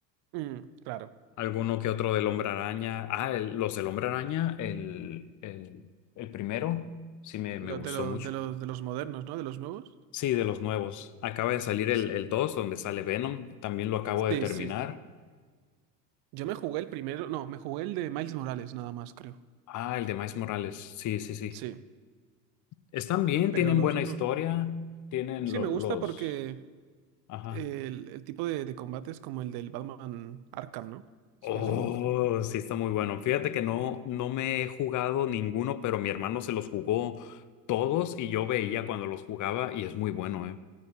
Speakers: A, on the right; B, on the left.
A: Mm, claro.
B: alguno que otro del Hombre Araña. Ah, el- los del Hombre Araña, el, el, el primero, sí me, me
A: Los
B: gustó
A: de los,
B: mucho.
A: de los, de los modernos, ¿no? De los nuevos.
B: Sí, de los nuevos. Acaba de salir el,
A: Sí.
B: el 2 donde sale Venom, también lo acabo de
A: Sí,
B: terminar.
A: sí, sí. Yo me jugué el primero, no, me jugué el de Miles Morales nada más, creo.
B: Ah, el de Miles Morales. Sí, sí, sí.
A: Sí,
B: Están bien,
A: pero
B: tienen
A: los
B: buena
A: otros
B: historia,
A: no.
B: tienen
A: Sí,
B: lo-
A: me
B: los...
A: gusta porque
B: Ajá.
A: el, el tipo de, de combate es como el del Batman Arkham, ¿no? Eso
B: Oh,
A: por eso me gusta.
B: sí, está muy bueno. Fíjate que no, no me he jugado ninguno, pero mi hermano se los jugó todos y yo veía cuando los jugaba y es muy bueno, ¿eh?